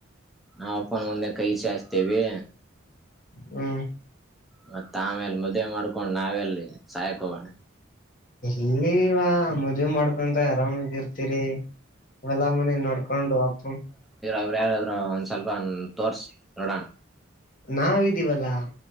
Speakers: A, in the centre; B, on the left.
A: ನಮ್ಮಪ್ಪನ ಮುಂದೆ ಕೈ ಚಾಗ್ತೀವಿ
B: ಹ್ಮ
A: ಮತ್ತತ್ ಆಮೇಲೆ ಮುದುವೆ ಮಾಡ್ಕೊಂಡು ನಾವೆಲ್ಲಿ ಸಹಕ ಹೋಗೋಣ
B: ಇಲ್ಲಿವ ಮದುವೆ ಮಾಡ್ಕೊಂಡ್ರೆ ಆರಾಮಾಗಿರ್ತ ಹತರಿ ಎಲ್ಲ ಮನೆ ನೋಡ್ಕೊಂಡು ಅಪ್ಪ
A: ಅವರು ಯಾರಾದ್ರರು ಒಂದ್ ಸ್ವಲ್ಪ ತೋರ್ಸಿ ನೋಡೋಣ
B: ನಾವ್ದೀವಲ್ಲಾ